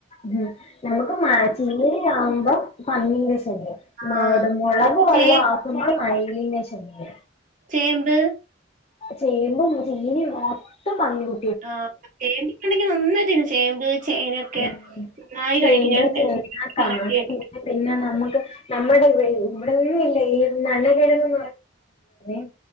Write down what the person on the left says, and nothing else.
ഹും നമ്മക്ക് മാ ചീരയാവുമ്പോ പന്നീടെ ശല്യം. നാടം
മൊളക് വല്ലോ
ആക്കുംമ്പം മയിലിൻ്റെ ശല്യം
ചേമ്പും, ചീരിം ഒക്കെ പന്നി കു
ഉം
ചേമ്പ്
ചേന
കാച്ചില് പിന്നെ നമ്മക്ക് നമ്മടെ ഇവി ഇവടൊന്നും ല്ല ഈ നല്ല കിഴങ്ങ് <unintelligible> <unintelligible>